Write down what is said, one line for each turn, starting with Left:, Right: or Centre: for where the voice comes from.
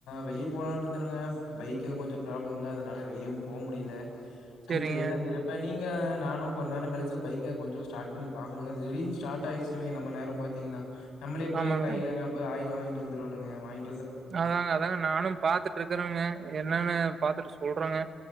Left: வெளிய போலான்ட்ருந்தனுங்க பைக்கு கொஞ்ச ப்ராப்ளங்ளா அதனால வெளியுவு போ முடில
Right: சேரிங்க
Left: வீட்லயேதாங் இருப்ப நீங் இங்க நானு கொஞ்சநேரம் கழிச்சு பைக்க கொஞ்சோ ஸ்டார்ட் பண்ணி பாக்கணுங்க திடீர்ன்னு ஸ்டார்ட் ஆயிச்சினு வைங்க நம்ம நேரம் பாத்தீங்கனா நம்பளே போய்
Right: ஆமாங்க
Left: கையில நம்ப ஆயி ல வாங்கிட்டு வந்துருவனுங்க வாங்கி
Right: அதாங்க அதாங்க நானு பாத்துட்டு இருக்கறங்க என்னன்னு பாத்துட்டு சொல் றங்க